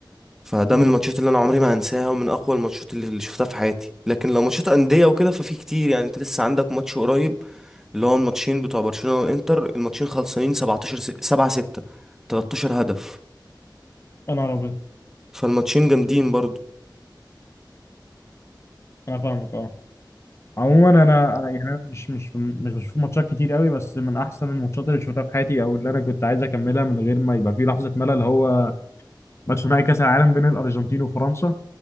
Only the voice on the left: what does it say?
مم.
انا عربي
انا فاهمك اه عموما انا أنا يعني انا مش مش مش بشوف ماتشات كتير قوي بس من احسن الماتشات اللي شفتها في حياتي او اللي انا كنت عايز اكملها من غير ما يبقى في لحظه ملل هو ماتش نهائي كاس العالم بين الارجنتين وفرنسا